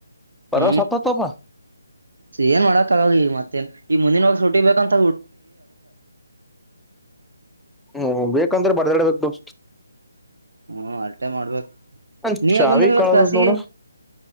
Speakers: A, in the centre; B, on the right (about 75°).
A: ಪರ್ವ
B: ಹೂ
A: ಸತ್ತತ್ತಪ್ಪ
B: ಏನ್ ಮಾಡಕ್ಕೆ ಆಗಲ್ಲ ಮತ್ತೇ ಈ ಮುಂದಿನವಾಗ
A: ಹ್ಹೂ ಬೇಕಂದ್ರೆ ಬರ್ದಾಡ್ಬೇಕೇಕು
B: ಹೂ ಅಲ್ಟೆ ಮಾಡ್ಬೇಕ
A: ನನ್
B: ನೀ ಯಾಕ್
A: ಚಾವಿ
B: ಬಂದಿಲ್ಲ
A: ಕಳದದ್
B: ಕ್ಲಾಸ್ಗೇ
A: ನೋಡು